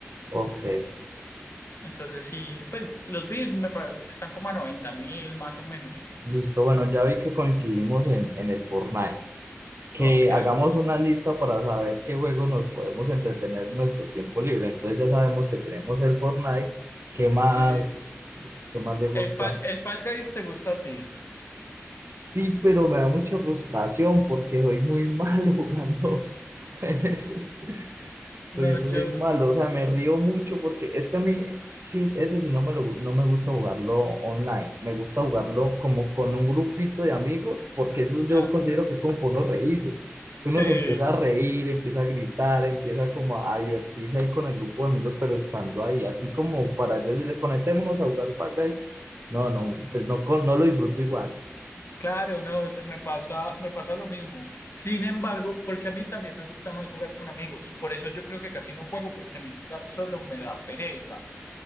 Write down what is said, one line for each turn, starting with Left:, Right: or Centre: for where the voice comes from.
Right: Ok,
Left: Entonces sí, pues los vi, me pare- están como a 90 mil más o menos.
Right: listo. Bueno, ya vi que coincidimos en, en el Fortnite. Que
Left: Ok.
Right: hagamos una lista para saber qué juegos nos podemos entretener en nuestro tiempo libre. Entonces ya sabemos que tenemos el Fortnite. ¿Qué más,
Left: Eh,
Right: qué más le gusta?
Left: El Fall, el Fall Guys te gusta a ti.
Right: Sí, pero me da mucha frustración porque soy muy malo <laughs> jugando en ese. Soy,
Left: No,
Right: soy
Left: yo.
Right: malo, o sea, me río mucho porque es que a mí, sí, ese sí no me, lo- no me gusta jugarlo online. Me gusta jugarlo como con un grupito de amigos porque eso yo
Left: Ah,
Right: considero que es como por uno reírse.
Left: sí,
Right: Uno se empieza a reír, empieza a gritar, empieza como a divertirse ahí con el grupo de amigos, pero estando ahí, así como para yo decirle, conectémonos a jugar Fall Guys. No, no, pues no, con- no lo disfruto igual.
Left: claro, no, me pasa, me pasa lo mismo. Sin embargo, porque a mí también me gusta más jugar con amigos. Por eso yo creo que casi no juego, porque a mí jugar solo me da pereza.